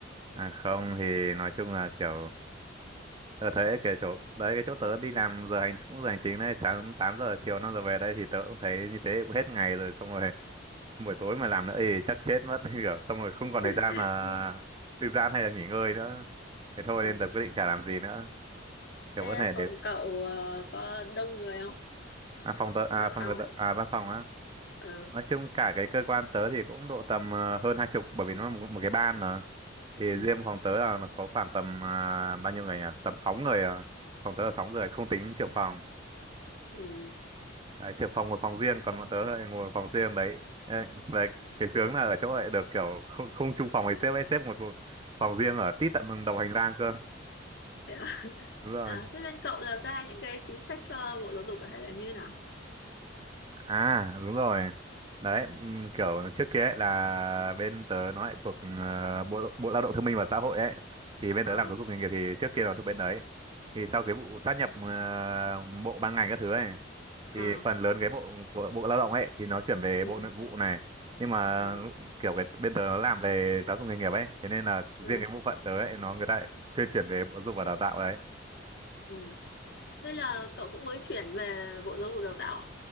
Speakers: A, on the right; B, on the left.
A: à không thì nói chung là kiểu tôi thấy cái chỗ đấy cái chỗ tớ đi làm giờ hành cũng giờ hành chính đấy sáng 8 giờ chiều 5 giờ về đây thì tớ cũng thấy như thế cũng hết ngày rồi xong rồi <laughs> buổi tối mà làm nữa thì chắc chết mất <laughs> kiểu xong rồi không
B: <laughs>
A: còn thời gian là thư giãn hay là nghỉ ngơi nữa thế thôi
B: ừ.
A: nên tớ quyết định chả làm gì nữa kiểu
B: Thế
A: có thể đến
B: phòng cậu ờ, có đông người không?
A: à, phòng tớ à
B: Văn
A: phòng
B: phòng ấy.
A: tớ à văn phòng á
B: Ừ.
A: nói chung cả cái cơ quan tớ thì cũng độ tầm ờ, hơn hai chục bởi vì nó là một, một cái ban mà thì
B: Ừ.
A: riêng phòng tớ là nó có khoảng tầm à, bao nhiêu người nhỉ tầm sáu người à. phòng tớ là sáu người không tính trưởng phòng
B: Ừ.
A: đấy, trưởng phòng ngồi phòng riêng còn bọn tớ lại ngồi phòng riêng đấy Ê, đấy cái sướng là ở chỗ lại được kiểu không, không chung phòng với sếp ấy sếp ngồi một phòng riêng ở tít tận đồng hành lang cơ
B: Thế, à? <laughs>
A: đúng rồi
B: À, thế bên cậu là ra những cái chính sách cho Bộ Giáo dục hay là như nào?
A: À đúng rồi. Đấy, ừm, kiểu trước kia ấy là bên tớ nó lại thuộc ờ, Bộ Bộ Lao động Thương binh và Xã hội ấy. Thì bên
B: Ờ.
A: tớ làm giáo dục nghề nghiệp thì trước kia nó thuộc bên đấy. Thì sau cái vụ sát nhập ờ, bộ ban ngành các thứ ấy
B: Ờ.
A: thì phần lớn cái bộ của Bộ Lao động ấy thì nó chuyển về
B: Ừ.
A: Bộ
B: Ừ.
A: Nội vụ này. Nhưng mà
B: Ờ.
A: kiểu cái bên tớ nó làm về giáo dục nghề nghiệp ấy, thế nên là
B: Ừ.
A: riêng cái bộ phận tớ ấy nó người ta lại thuyên chuyển về Bộ Giáo dục và Đào tạo đấy.
B: Ừ. Thế là cậu cũng mới chuyển về Bộ Giáo dục Đào tạo à?